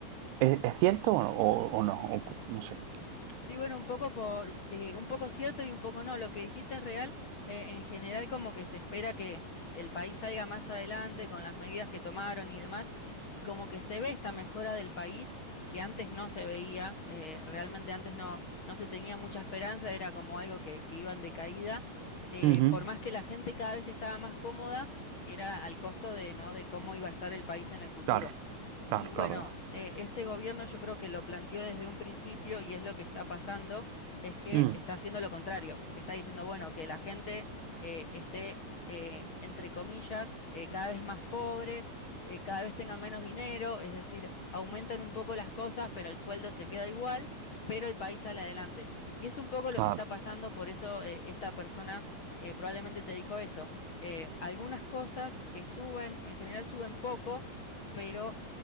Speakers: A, on the right; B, on the left.
A: ¿es, es cierto o, o- o no? O cu- no sé.
B: Sí, bueno, un poco por, eh, un poco cierto y un poco no. Lo que dijiste es real. eh, en general, como que se espera que, que el país salga más adelante con las medidas que tomaron y demás, y como que se ve esta mejora del país que antes no se veía. eh, realmente antes no, no se tenía mucha esperanza, era como algo que, que iba en decaída. eh,
A: Ujú.
B: por más que la gente cada vez estaba más cómoda, era al costo de, ¿no? de cómo iba a estar el país en el futuro.
A: Claro, claro,
B: Y bueno,
A: claro.
B: eh, este gobierno yo creo que lo planteó desde un principio y es lo que está pasando, es que
A: Mm,
B: está haciendo lo contrario. Está diciendo, bueno, que la gente eh, esté, eh, entre comillas, eh, cada vez más pobre, eh, cada vez tengan menos dinero, es decir, aumentan un poco las cosas, pero el sueldo se queda igual, pero el país sale adelante. Y es un poco
A: claro,
B: lo que está pasando, por eso eh, esta persona eh, probablemente te dijo eso. Eh, algunas cosas eh, suben, en general suben poco, pero